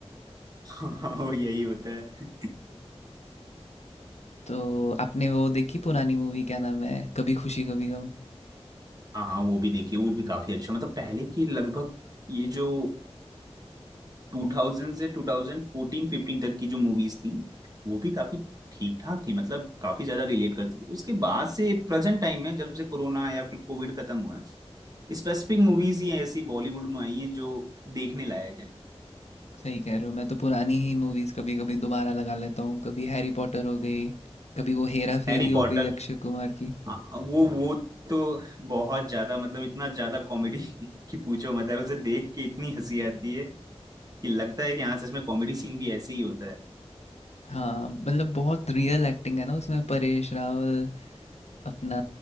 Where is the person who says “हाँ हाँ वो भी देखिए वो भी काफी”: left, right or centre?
Right